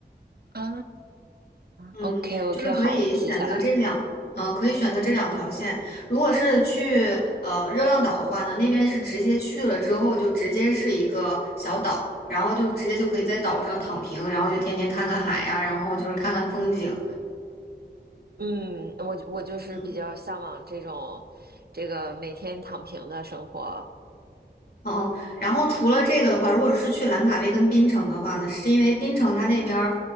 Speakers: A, on the right; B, on the left.
A: 啊
B: 嗯，
A: ，OK OK，
B: 就是可以选择这两，
A: 好，我记下来。
B: 嗯、可以选择这两条线。如果是去呃热浪岛的话呢，那边是直接去了之后就直接是一个小岛，然后就直接就可以在岛上躺平，然后就天天看看海呀、然后就是看看风景。
A: 嗯，我我就是比较向往这种这个每天躺平的生活。
B: 嗯。嗯，然后除了这个的话，如果是去兰卡威跟槟城的话呢，是因为槟城它那边儿，